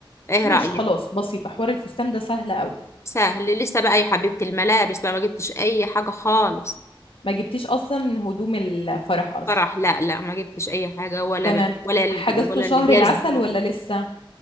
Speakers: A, on the left; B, on the left.
A: ايه
B: ماشي
A: رأيك
B: خلاص بسيطة حوار الفستان ده سهل قوي
A: سهل لسه بقى يا حبيبة الملابس بقى ما جبتش اي حاجة خالص
B: ما جبتيش اصلا هدوم الفرح اصلا
A: فرح لا لا ما جبتش اي حاجة ولا
B: تمام
A: بقى
B: ط-
A: ولا الج...
B: حجزتوا
A: ولا
B: شهر
A: الجزمة
B: العسل ولا لسه